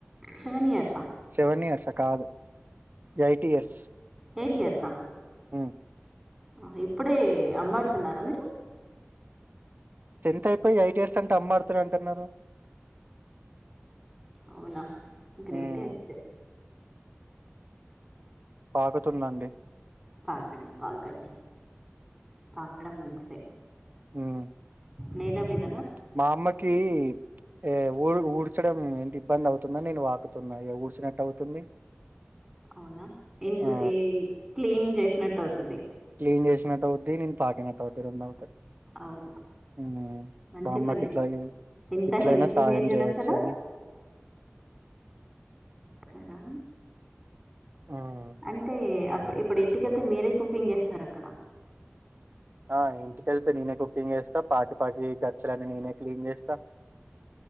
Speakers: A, in the centre; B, on the right (about 45°).
A: సెవెన్ ఇయర్సా
B: సెవెన్ ఇయర్సా కాదు ఎయిటియర్స్
A: ఎయిటియర్సా
B: ఉ
A: ఆహ ఇప్పుడే అమ్మాడుతున్నారా మీరు
B: టెన్త్ అయిపోయ్ ఎయిట్ ఇయర్స్ అంటే అమ్మారుతున్నారు అంటాన్నారు
A: అవునా గ్రేటే
B: ఉమ్,
A: అయితే
B: పాకుతుందండి
A: పాకండి పాకండి పాకడం మంచిదే
B: ఉమ్.
A: నేల మీద
B: మా అమ్మకి ఏ ఊడ్ ఊడ్చడం ఏంటి ఇబ్బంది అవుతుందని నేను వాకు తున్నా ఇగ ఊడ్చినట్టు అవుతుంది
A: అవునా ఇండ్లు
B: ఆ
A: క్లీన్ జేసినట్టు అవుతది
B: క్లీన్ చేసినట్టు అవుద్ది నేను పాకినట్టు అవుద్ది రెండు అవుతాయ్
A: అవును
B: ఊహూ
A: మంచి
B: బామ్మాకి
A: పని
B: ఇట్లాగే
A: ఎంత
B: ఇట్లైనా
A: హెల్పింగ్
B: సాహయం
A: నేచర్
B: జేయొచ్చని
A: అసలు కరా
B: ఉమ్
A: అంటే ఇప్పుడు ఇంటికెళ్తే మీరే కుకింగ్ జేస్తార అక్కడ
B: ఆ ఇంటికెళ్తే నేనే కుకింగ్ జేస్తా పాట పాడి గచ్చలన్నీ నేనే క్లీన్ జెస్తా <inaudible>